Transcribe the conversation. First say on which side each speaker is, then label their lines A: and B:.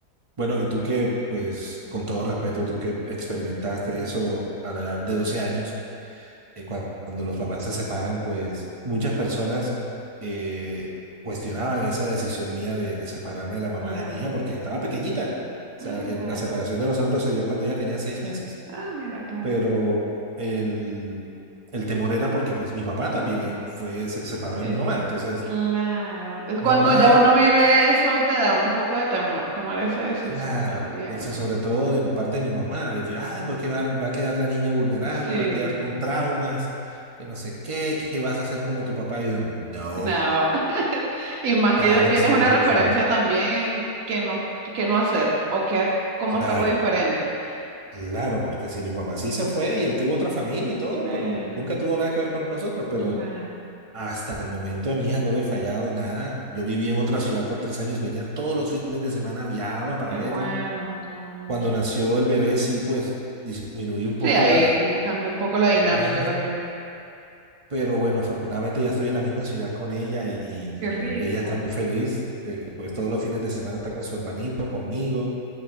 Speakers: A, on the right (about 40°); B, on the right (about 70°).
A: Bueno, y tú que, pues con todo respeto, tú que experimentaste eso a la edad de 12 años. eh, cua- cuando los papás se separan, pues muchas personas eh, cuestionaban esa decisión mía de, de separarme de la mamá
B: Claro.
A: de mi hija porque estaba pequeñita. O sea,
B: Mira.
A: el- la separación de nosotros se dio cuando ella tenía seis meses,
B: Ah, mira, claro.
A: pero el, el temor era porque pues mi papá también eh, fue, se separó
B: Es
A: de mi mamá. Entonces,
B: claro. Es
A: mi
B: Cuando
A: mamá,
B: ya uno vive eso, te da un poco de temor tomar esa decisión
A: claro,
B: también.
A: entonces sobre todo de parte de mi mamá, de que, ay, pues que va, va a quedar la niña vulnerable,
B: Sí.
A: va a quedar con traumas que no sé qué, que vas a hacer como tu papá. Y yo, no.
B: No. <laughs> Y más
A: Cada
B: que ya tienes
A: historia
B: una
A: es
B: referencia
A: diferente.
B: también en que no, que no hacer o que ha- cómo
A: Claro,
B: hacerlo diferente.
A: claro, porque si mi papá sí se fue y él tuvo otra familia y todo,
B: Mira,
A: pero nunca tuvo nada que ver con nosotros, pero
B: claro.
A: hasta el momento a mi hija no le he fallado nada. Yo viví en otra ciudad por tres años, venía todos los fines de semana, viajaba para
B: Qué
A: verla.
B: bueno, qué bueno.
A: Cuando nació el bebé sí, pues disminuí un
B: Sí,
A: poco
B: ahí
A: la,
B: cambia un poco la dinámica
A: los viajes,
B: también.
A: pero bueno, afortunadamente ya estoy en la misma ciudad con ella y, y-
B: Qué rico.
A: y ella está muy feliz de que pues todos los fines de semana está con su hermanito, conmigo,